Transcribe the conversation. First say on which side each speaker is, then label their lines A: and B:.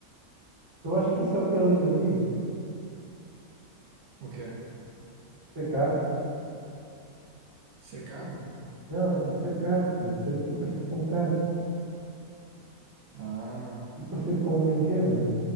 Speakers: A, on the right; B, on the right.
A: Eu acho que isso é o que é divertido.
B: O quê?
A: Tipo, ser kart.
B: Ser caro?
A: Não, ser kart. Ser, ser parecido com um kart.
B: Ah,
A: Ser parecido com um brinquedo.